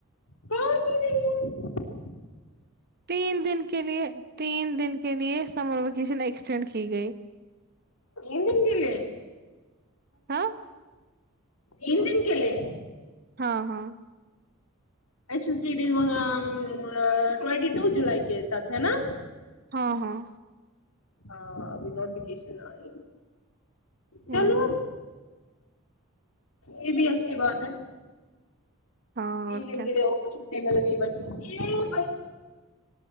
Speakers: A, on the left (about 80°); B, on the right (about 45°).
A: پانی نہیں ہے
B: تین دن کے لیے تین دن کے لیے سمر ویکیشن ایکسٹینڈ کی گئی
A: تین دن کے لئے
B: ہاں
A: تین دن کےلئیے
B: ہاں ہاں
A: ایکشن تھری ڈز اں ام ٹوینٹی ٹو جولائی کے ہے نا
B: ہاں ہاں
A: ہاں ابھیوٹیفکیشن آئی
B: ہ
A: چلو یہ بھی اچھی بات ہے
B: ہاں
A: تین
B: اور
A: دن
B: کیا
A: کے لئیے وہ چھٹی مل گئی بچوں کو